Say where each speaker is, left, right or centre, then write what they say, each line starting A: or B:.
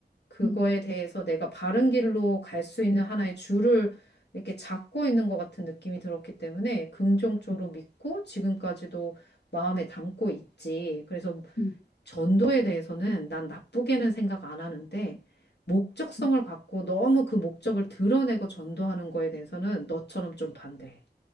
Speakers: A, on the left; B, on the left.
A: 그거에
B: 음,
A: 대해서 내가 바른 길로 갈 수 있는 하나의 줄을 이렇게 잡고 있는 것 같은 느낌이 들었기 때문에 긍정적으로
B: 어,
A: 믿고 지금까지도 마음에 담고 있지. 그래서
B: 음,
A: 전도에 대해서는 난 나쁘게는 생각 안 하는데 목적성을
B: 음,
A: 갖고 너무 그 목적을 드러내고 전도하는 거에 대해서는 너처럼 좀 반대해.